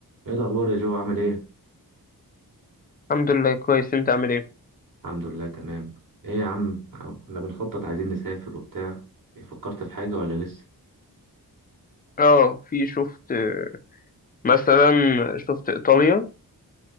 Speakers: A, on the right; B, on the left.
A: ايه الاخبار يا جو عامل ايه
B: الحمد لله كويس انت عامل ايه
A: الحمد لله تمام ايه يا عم كنا بنخطط عايزين نسافر وبتاع إيه، فكرت في حاجة ولا لسه
B: اه في شفت آه، مثلا شفت ايطاليا